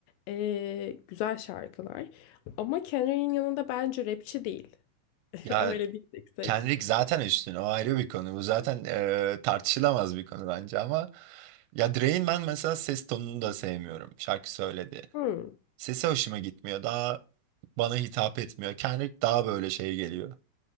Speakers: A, on the left; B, on the right.
A: Ee, güzel şarkılar. Ama Kendrick'in yanında bence rapçi değil. <laughs>
B: Ya
A: Öyle diyeceksek.
B: Kendrick zaten üstün. O ayrı bir konu. Bu zaten e, tartışılamaz bir konu bence ama ya Drake'in ben mesela ses tonunu da sevmiyorum. Şarkı söyledi.
A: Hmm.
B: Sesi hoşuma gitmiyor. Daha bana hitap etmiyor. Kendrick daha böyle şey geliyor.